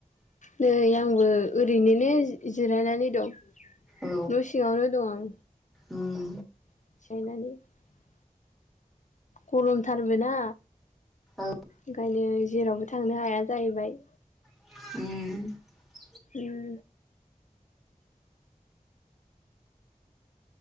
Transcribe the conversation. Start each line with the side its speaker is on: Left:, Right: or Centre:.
Left: नै आंबो ओरैननो जिरायनानै दं न'
Centre: औ
Left: सिङावनो दंङं आं
Centre: उम
Left: <unintelligible> <unintelligible> गरमथारबो ना
Centre: औ
Left: ओंखायनो जेरावबो थांनो हाया जाहैबाय
Centre: उम
Left: उम